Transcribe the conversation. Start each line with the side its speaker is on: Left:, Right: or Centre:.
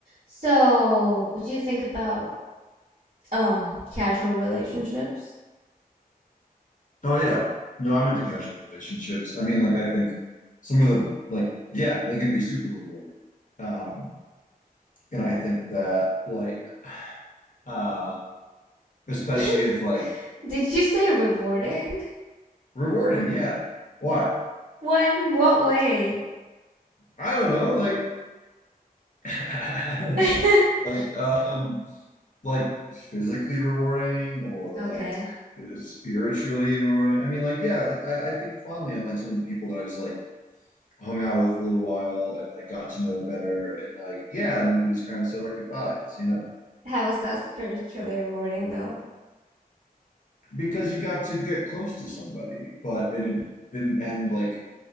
Right: So, what do you think about um casual relationships?
Left: Oh yeah. No, I'm into casual relationships. I mean, like I think some of the like yeah, they can be super rewarding. Um, and I think that like uh especially
Right: <laughs>
Left: if like
Right: Did you say rewarding?
Left: rewarding, yeah. Why?
Right: What in what way?
Left: I don't know, like <laughs> I don't
Right: <laughs>
Left: know. Like um like physically rewarding or
Right: Okay.
Left: like spiritually rewarding. I mean, like yeah, like I, I think fondly on like some of the people that I just like hung out with for a little while and like got to know better and like yeah and then we just kind of said our goodbyes you know
Right: How is that spiritually rewarding though?
Left: because you got to get close to somebody but and it didn't end like